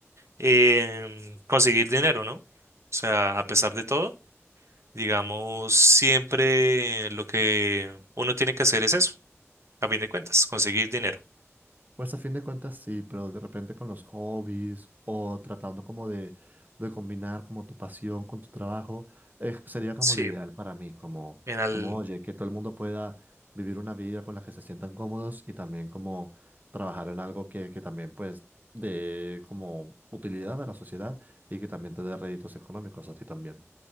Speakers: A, on the right; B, on the right.
A: em, conseguir dinero, ¿no? O sea, a pesar de todo, digamos, siempre lo que uno tiene que hacer es eso, a fin de cuentas, conseguir dinero.
B: Pues a fin de cuentas sí, pero de repente con los hobbies o tratando como de, de combinar como tu pasión con tu trabajo, eh, sería como
A: Sí,
B: lo ideal para mí, como,
A: en al
B: como oye, que todo el mundo pueda vivir una vida con la que se sientan cómodos y también como trabajar en algo que, que también pues de como utilidad a la sociedad y que también te dé réditos económicos a ti también.